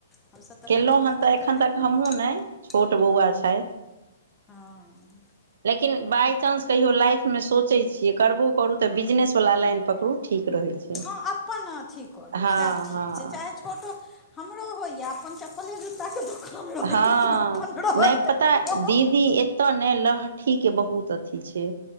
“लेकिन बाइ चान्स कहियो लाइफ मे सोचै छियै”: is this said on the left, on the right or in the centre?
Right